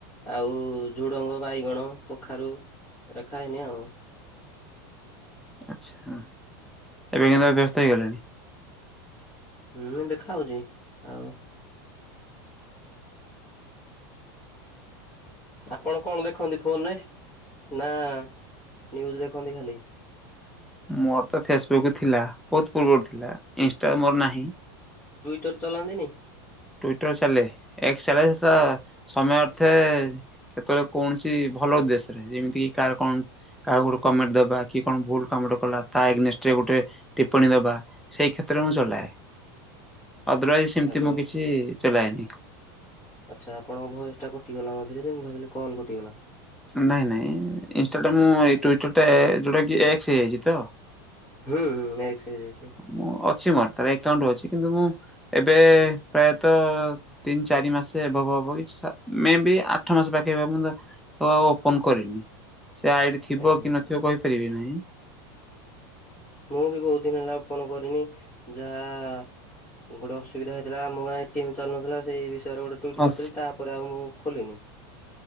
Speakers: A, on the left; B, in the centre.
A: ଆଉ ଝୁଡଙ୍ଗ, ବାଇଗଣ, କଖାରୁ ଏରା ଖାଏନି ଆଉ।
B: ଆଚ୍ଛା ଏବେ କିନ୍ତୁ ଅଭ୍ୟାସ ତ ହେଇଗଲେଣି?
A: ହୁଁ, ଏବେ ଖାଉଛି, ଆଉ ଆପଣ କଣ ଦେଖନ୍ତି ଫୋନ୍ ରେ? ନା ନ୍ୟୁଜ୍ ଦେଖନ୍ତି ଖାଲି?
B: ମୋର ତ ଫେସବୁକ୍ ଥିଲା, ବହୁତ ପୂର୍ବରୁ ଥିଲା, ଇନଷ୍ଟା ମୋର ନାହିଁ।
A: ଟ୍ୱିଟର୍ ଚଲାନ୍ତିନି?
B: ଟ୍ୱିଟର୍ ଚାଲେ <unintelligible> ତ ସମୟ ଅର୍ଥେ କେତେବେଳେ କୌଣସି ଭଲ ଉଦେଶ୍ୟ ରେ, ଯେମିତି କିି କାହାର କଣ କାହାକୁ ଗୋଟେ କମେଣ୍ଟ ଦବା, କି କଣ ଭୁଲ କାମ ଟେ କଲା ତା ଏଗେନଷ୍ଟରେ ଗୋଟେ ଟିପ୍ପଣୀ ଦବା। ସେଇ କ୍ଷେତ୍ରରେ ମୁଁ ଚଲାଏ। ଅଦରୱାଇଜ ସେମିତି
A: ହ୍ୟାଲୋ।
B: ମୁଁ କିଛି ଚଲାଏନି।
A: ଆଚ୍ଛା ଆପଣଙ୍କ ଭଏସ୍ ଟା କଟିଗଲା ମଝିରେ ଯେ ମୁଁ ଭାବିଲି କଲ୍ କଟିଗଲା।
B: ନାଇଁ ନାଇଁ ଇନଷ୍ଟା ଟା ମୁଁ ଏଇ ଟୁଇଟର୍ ଟା ଯୋଉଟା କି ଏକ୍ସ ହେଇଯାଇଛି ତ?
A: ହୁଁ, ହୁଁ ଏକ୍ସ ହେଇ ଯାଇଛି।
B: ମୋ ଅଛି ମୋର ତାର ଏକାଉଣ୍ଟ୍ ଅଛି, କିନ୍ତୁ ମୁଁ ଏବେ ପ୍ରାୟତ ତିନି ଚାରି ମାସ ଏଭବ୍ ହବ କି ସା-ମେବି ଆଠ ମାସ ପାଖେ ହବ ମୁଁ ତା ତାକୁ ଆଉ ଓପନ୍ କରିନି, ସେ ଆଇଡି ଥିବ
A: ଆଜ୍ଞା
B: କି ନଥିବ କହିପାରିବି ନାହିଁ।
A: ମୁଁ ବି ବହୁତ ଦିନ ହେଲା ଓପନ୍ କରିନି ଯାହା ଗୋଟେ ଅସୁବିଧା ହେଇଥିଲା ଆମ ଗାଁ ଏଟିଏମ୍ ଚାଲୁନଥିଲା, ସେଇ ବିଷୟରେ ଗୋଟେ ଟୁଇଟ୍
B: ହଁ
A: କରିଥିଲି ତାପରେ ଆଉ ମୁଁ ଖୋଲିନି।